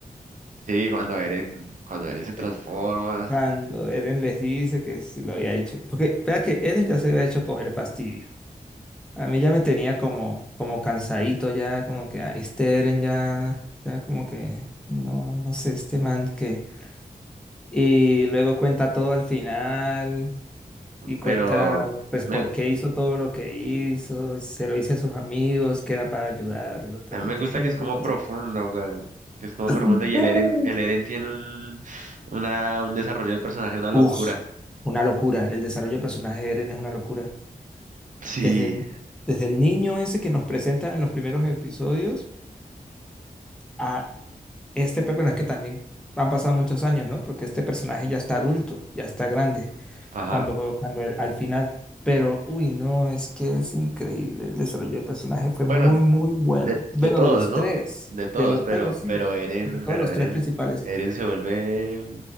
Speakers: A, on the right; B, in the centre.
A: Sí, cuando Eren, cuando Eren se transforma.
B: sí, cuando Eren les dice que se lo había hecho. Porque, vea que Eren ya se había hecho coger fastidio. A mí ya me tenía como, como cansadito, ya como que "Ay, este Eren ya, ya como que no, no sé, este man que. Y luego cuenta todo al final y cuenta
A: Pero
B: pues
A: me-
B: por qué hizo todo lo que hizo, y se lo dice a sus amigos que era para ayudarlos, para
A: a mí
B: protegerlos.
A: me gusta que es como profundo, güey, Que es como
B: <laughs>
A: profundo y el Eren, el Eren tiene un, una, un desarrollo de personaje, una
B: Uf,
A: locura.
B: una locura, el desarrollo del personaje de Eren es una locura.
A: Sí,
B: Desde el, desde el niño ese que nos presentan en los primeros episodios a Este, pe- bueno, es que también han pasado muchos años, ¿no? Porque este personaje ya está adulto, ya está grande,
A: ajá.
B: cuando, cuando el- al final. Pero, uy, no, es que es increíble. El desarrollo del personaje fue
A: Bueno,
B: muy, muy bueno.
A: de,
B: Bueno,
A: de todos,
B: de los
A: ¿no?
B: tres,
A: De todos,
B: de los,
A: pero,
B: bueno, sí,
A: pero Eren,
B: sobre todo
A: pero
B: los
A: Eren,
B: tres principales.
A: Eren se vuelve,